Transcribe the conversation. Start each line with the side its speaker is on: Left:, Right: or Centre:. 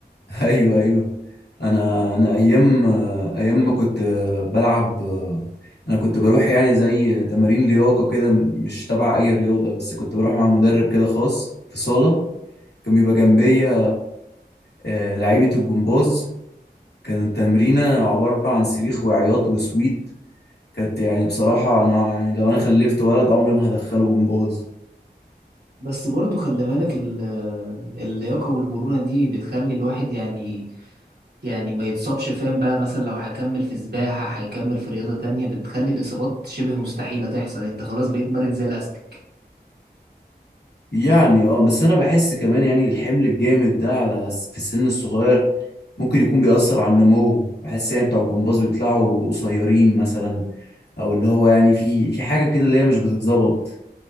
Left: <laughs> ايوه ايوه انا انا ايام ايام ما كنت بلعب انا كنت بروح يعني زي تمارين لياقه كده مش تبع اي رياضه بس كنت بروح مع مدرب كده خاص في صاله كان بيبقى جنبيا آه، لعيبه الجمباز كانت التمرينه عباره عن صريخ وعياط وسويت كانت يعني بصراحه انا يعني لو انا خلفت ولد عمري ما هدخله جمباز
Right: بس برضو خلي بالك ال- اللياقة والمرونة دي بتخلي الواحد يعني يعني ما يتصابش فاهم بقى مثلا لو هيكمل في سباحة هيكمل في رياضة تانية بتخلي الإصابات شبه مستحيلة تحصل انت خلاص بقيت مرن زي الأستك
Left: يعني اه بس انا بحس كمان يعني الحمل الجامد ده على في السن الصغير ممكن يكون بيأثر على النمو بحس يعني بتوع الجمباز بيطلعوا قصيرين مثلا او اللي هو يعني في في حاجة كده اللي هي مش بتتظبط